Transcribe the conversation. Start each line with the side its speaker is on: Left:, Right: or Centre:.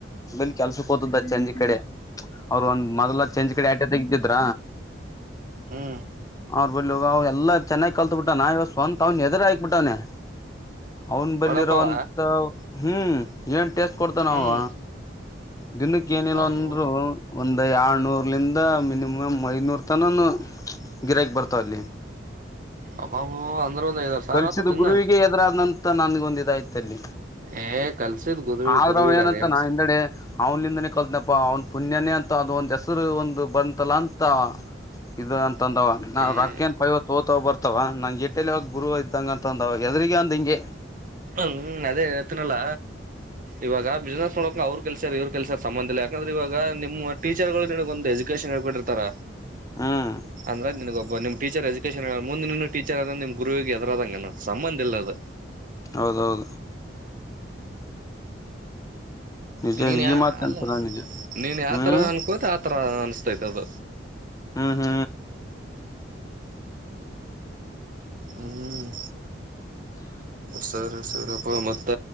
Left: ಬೆಲ್ಲಿ ಕೆಲ್ಸಕ ಹೋತದ್ದ ಸಂಜಿ ಕಡೆ. ಅವ್ರರ ಒಂದ್ ಮೊದ್ಲ ಚಂಜಿ ಕಡೆ ಆಟೆ ತೆಗ್ದಿದ್ರ
Right: ಹ್ಮ.
Left: ಅವ್ರ ಬಲ್ ಇವ ಅವ ಎಲ್ಲ ಚೆನ್ನಾಗಿ ಕಲ್ತ್ ಬಿಟ್ಟಾನ ಇವಾಗ ಸ್ವಂತ ಅವ್ನ ಎದುರು ಆಕ್ಬಿಟ್ಟವನೆ. ಅವನ್ ಬಲ್ಲಿರೋಂತ
Right: ವಡಾಪಾವ
Left: ಹ್ಮ ಏನ್ ಟೇಸ್ಟ ಕೊಡ್ತನ
Right: ಹ್ಮ್
Left: ಅವ ದಿನಕ್ಕ ಏನೇಲ್ಲ
Right: ಅವು
Left: ಅಂದ್ರು ಒಂದ್ ಏಳ್ನೂರ್ಲಿನ್ದ ಮಿನಿಮಮ್ ಐನೂರ್ ತನನೂ ಗಿರಕ್ ಬರ್ತಾವ ಅಲ್ಲಿ
Right: ಅಬ್ಬಾಬೋ ಅಂದ್ರ ಒಂದ್ ಐದಾರು ಸಾವಿರ
Left: ಕಲಸಿದ
Right: ಆತದ ದಿನ್ನ
Left: ಗುರುವಿಗೆ ಎದ್ರರಾದನನ್ನ ತ್ರ ನನ್ಗ ಒಂದ ಇದಾಯ್ತಲ್ಲಿ
Right: ಏ ಕಲ್ಸಿದ್ ಗುರು
Left: ಆದ್ರು
Right: ಗುರುವಿಗ
Left: ಏನಂತಾನ
Right: ಅದೇನ್
Left: ಹಿಂದಡೆ ಅವನಿಂದನೇ ಕಲ್ತನಪ್ಪ ಅವ್ನ ಪುಣ್ಯನೇ ಅಂತ ಅದ ಒಂದ್ ಹೆಸರು ಒಂದು ಬಂತಲ್ಲ ಅಂತ ಇದ ತಂದ ಆವಾ ನ
Right: ಏ
Left: ರಕ್ಕಿನ್ ಪೈವ ತೋ ಬರ್ತ ಅವ ನಂಗೆ ಎಟ್ಟಲ್ಲಿ ಗುರುವ ಇದ್ದಂಗ ಅಂತಂದ ಎದ್ರಿಗೆ ಅಂದ ಹಿಂಗೆ
Right: ಹ್ಮ ಅದೇ ಹೇಳ್ತೀನಲ್ಲ ಇವಾಗ ಬಿಸ್ನೆಸ್ ನೋಡ ಅವ್ರರು ಕೆಲ್ಸ ಇವ್ರ ಕೆಲ್ಸ ಸಂಬಂಧ ಇಲ್ಲ ಯಾಕಂದ್ರ ಇವಾಗ ನಿಮ್ಮ ಟಚರರ್ಗಳ ಒಂದ ಎಜುಕೇಶನ್ ಹೇಳಿ ಕೊಟ್ಟಿರ್ತಾರ.
Left: ಹ್ಮ್
Right: <unintelligible> ನಿಮ್ ಟೀಚರ್ ಎಜುಕೇಶನ್ ಮುಂದಿ ಇ ಟೀಚರ್ ಅದ್ರ ನಿಮ್ ಗುರುವಿಗ ಎದರದಂಗನ ಸಂಬಂಧ ಇಲ್ಲ ಅದ.
Left: ಹೌದ ಹೌದು. ನಿಜ
Right: ನೀನ್ ಯಾ
Left: ಈ ಮಾತಂತರ
Right: ಅಲ್ಲ
Left: ನಿಜ
Right: ನೀನ್ ಯಾವತರ
Left: ಹ್ಮ್
Right: ಅನ್ಕೋತ ಆತರ ಅನ್ಸ್ತೈತ ಅದ.
Left: ಹ್ಮ ಹ್ಮ.
Right: ಹ್ಮ ಸರಿ ಸರಿ ಪ್ಪ ಮತ್ ತ